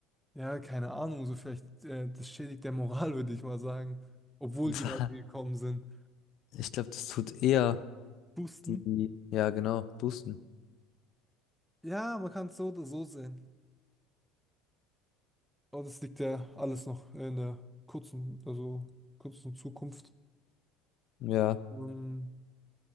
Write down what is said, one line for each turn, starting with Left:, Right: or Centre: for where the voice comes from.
Centre: Ja, keine Ahnung, so vielleicht, äh, das schädigt der Moral, <laughs> würde ich mal sagen. Obwohl
Left: <laughs>
Centre: die weitergekommen sind.
Left: Ich glaube, das tut eher
Centre: Pusten?
Left: die, ja, genau, boosten.
Centre: Ja, man kann es so oder so sehen. Aber das liegt ja alles noch in der kurzen, also kurzen Zukunft.
Left: Ja,
Centre: Ähm,